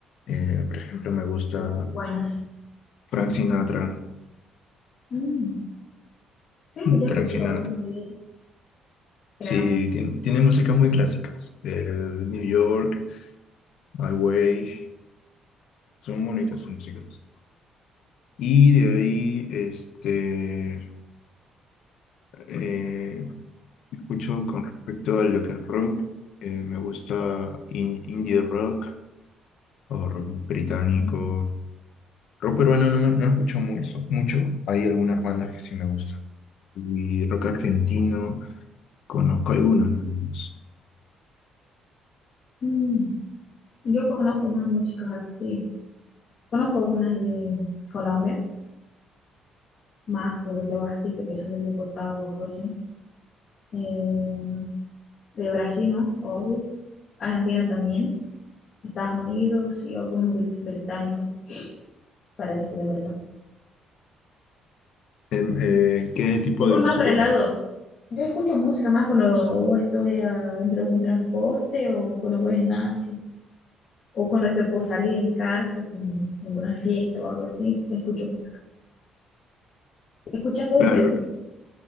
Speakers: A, on the left; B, on the left.
A: eh, por ejemplo, me gusta
B: sí, son buenas.
A: Frank Sinatra.
B: Mm, Creo que ya
A: Frank
B: escuché
A: Sinatra.
B: algunas de ellas, creo.
A: Sí, tien- tiene, músicas muy clásicas. El New York, My Way. Son bonitas sus músicas. Y de ahí, este, eh, escucho con respecto a lo que es rock. eh, me gusta in- indie rock. o rock británico.
B: Sí.
A: Rock peruano no, me- no escucho mucho, mucho. Hay algunas bandas que sí me gustan. Y rock argentino, conozco algunos. nada más.
B: Mm, Yo conozco más músicas así, conozco algunas de Colombia. más pues los artistas que son de Bogotá o algo así. Eh, de Brasil, ¿no? Obvio. Argentina también, Estados Unidos y algunos bri- británicos, para decir la verdad.
A: Em, eh, ¿qué tipo
B: Yo voy
A: de música?
B: más para
A: em-
B: el lado, yo escucho música más cuando estoy ah, dentro de un transporte o cuando voy al gimnasio o cuando estoy por salir de mi casa, como alguna fiesta o algo así, escucho música. escuchas todo
A: Claro,
B: el tiempo,